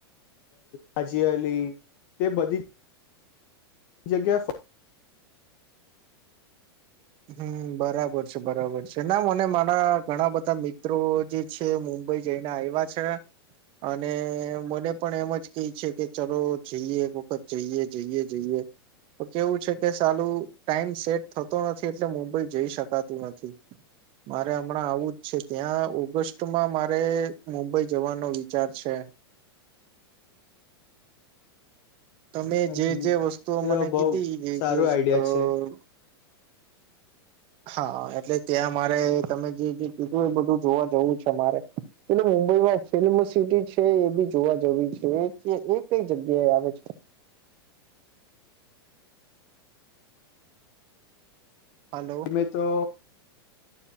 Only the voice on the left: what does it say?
હાજી અલી તે બધી જગ્યા
હમ
એ
તો બઉ
સારું
આઈડિયા
છે
અમે તો